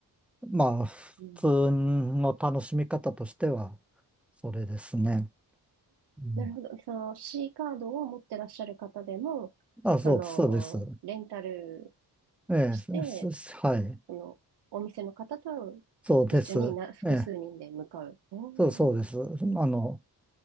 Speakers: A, in the centre; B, on the right.
A: う、まあ、普通の楽しみ方としては、
B: うん。
A: それですね。うん、
B: なるほど。その C カードを持ってらっしゃる方でも、
A: あ、そうです、
B: その、
A: そうです。
B: レンタル
A: ええ、
B: して、
A: すすはい。
B: その、お店の方と
A: そうです。
B: 一緒にな、複数人で向かう。
A: ええ、
B: おー。
A: そう、そうです。あの、